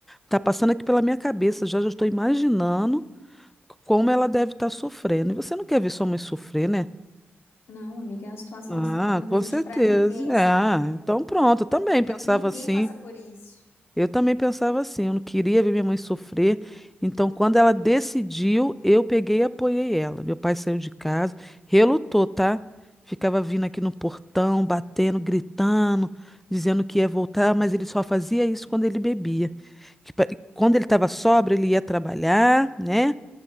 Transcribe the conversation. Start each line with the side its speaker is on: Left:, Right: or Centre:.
Centre: tá passando aqui pela minha cabeça, já já estou imaginando como ela deve estar sofrendo. E você não quer ver sua mãe sofrer, né?
Left: Não, amiga, é uma situação
Centre: Ah,
Left: assim que eu não desejo
Centre: com certeza.
Left: pra ninguém,
Centre: É,
Left: sabe?
Centre: ah,
Left: Eu
Centre: então pronto, eu também
Left: não quero
Centre: pensava
Left: que ninguém
Centre: assim.
Left: passe por isso.
Centre: Eu também pensava assim, eu não queria ver minha mãe sofrer. Então, quando ela decidiu, eu peguei e apoiei ela. Meu pai saiu de casa, relutou, tá? Ficava vindo aqui no portão, batendo, gritando, dizendo que ia voltar, mas ele só fazia isso quando ele bebia. Que pa- quando ele estava sóbrio, ele ia trabalhar, né?